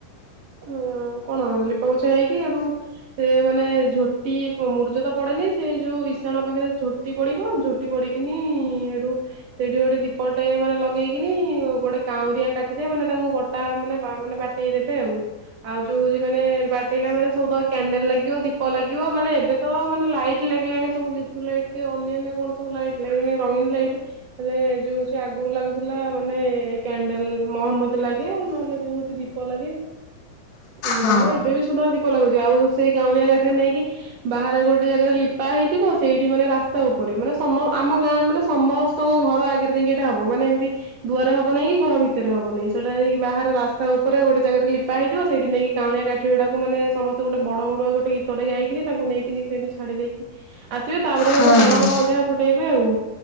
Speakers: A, on the right; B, on the left.
A: ହଁ କଣ ଲିପାପୋଛା ହେଇକି ହେଇଠୁ ସେ ମାନେ ଝୋଟି ମୁରୁଜ ତ ପଡେନି ସେ ଯୋଉ ଇଶାଣ ପାଖରେ ଝୋ ଝୋଟି ପଡିବ ଝୋଟି ପଡିକିନି ହେଠୁ ସେଇଠି ଗୋଟେ ଦୀପଟେ ମାନେ ଲଗେଇକିନି, ଗୋଟେ କାଉଁରିଆ କାଠିରେ ମାନେ ତାଙ୍କୁ ଗୋ ତା ମାନେ ମାନେ ବାଟେଇ ଦେବେ ଆଉ, ଆଉ ଯୋଉ ହଉଛି ମାନେ ବାଟେଇଲା ବେଳେ ସବୁ କ୍ୟାଣ୍ଡେଲ ଲାଗିବ, ଦୀପ ଲାଗିବ ମାନେ ଏବେ ତ ମାନେ ଲାଇଟ୍ ଲାଗିଲାଣି ସବୁ ଲିଚୁ ଲାଇଟ୍। କି ଅନ୍ୟାନ୍ୟ କଣ ସବୁ ଲାଇଟ ଲାଗିଲାଣି, ରଙ୍ଗୀନ ଲାଇଟ୍ ହେଲେ ଯୋଉ ହଉଛି ଆଗରୁ ଲାଗୁଥିଲା, ମାନେ ଏ କ୍ୟାଣ୍ଡେଲ ମହମବତୀ ଲାଗେ ନହେଲେ ଯୋଉ ହଉଛି ଦୀ ଦୀପ ଲାଗେ ଏମିତି
B: ହଁ
A: ଆଉ। ଏବେ ବି ସୁନ୍ଦର ଦୀପ ଲାଗୁଛି ଆଉ ସେଇ କାଉଁରିଆ କାଠିରେ ନେଇକି ବାହାରେ ଗୋଟେ ଜାଗାରେ ଲିପା ହେଇଥିବ, ସେଇଠି ମାନେ ରାସ୍ତା ଉପରେ ମାନେ ସମ ଆମ ଗାଁ ମାନେ ସମ ସ୍ତଙ୍କ ଘର ଆଗରେ କିନ୍ତୁ ଏଇଟା ହବ, ମାନେ ଏମତି ଦୁଆରେ ହବ ନାଇଁ କି ଘର ଭିତରେ ହବ ନାହିଁ, ସେଟା ଯାଇକି ବାହାରେ ରାସ୍ତା ଉପରେ ଗୋଟେ ଜାଗାରେ ଲିପା ହେଇଥିବ ସେଇଠି ନେଇକି କାଉଁରିଆ କାଠିଗୁଡ଼ାକୁ ମାନେ ସମସ୍ତେ ଗୋଟେ ବଡ଼ ବଡୁଆ ଗୋଟେ ଗୀତଟେ ଗାଇକିନି, ତାଙ୍କୁ ନେଇକିନି ସେଇଠି ଛାଡ଼ି ଦେଇକି ଆସିବେ, ତାପରେ ସେଇଠୁ
B: ହଁ
A: ବାଣ
B: ହଁ
A: ଯାହା ଫୁଟେଇବେ ଆଉ।